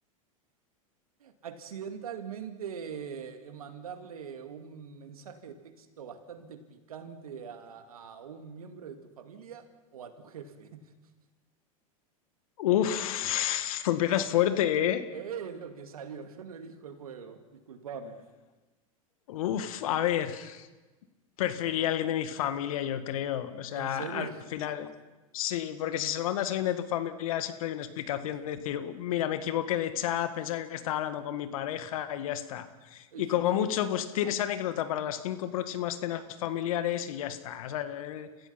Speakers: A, on the right; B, on the left.
A: ¿Accidentalmente eh, mandarle un mensaje de texto bastante picante a, a un miembro de tu familia o a tu jefe? <laughs>
B: Uf, empiezas fuerte, ¿eh?
A: Es lo que salió, yo no elijo el juego, discúlpame.
B: Uf, a ver, preferiría a alguien de mi familia, yo creo. O sea,
A: ¿En serio?
B: al
A: <laughs>
B: final, sí, porque si se lo mandas a alguien de tu familia, siempre hay una explicación de decir, "Uh, mira, me equivoqué de chat, pensaba que estaba hablando con mi pareja y ya está.
A: Yo
B: Y como
A: creo
B: mucho, pues tienes anécdota para las cinco próximas cenas familiares y ya está. o sea, eh,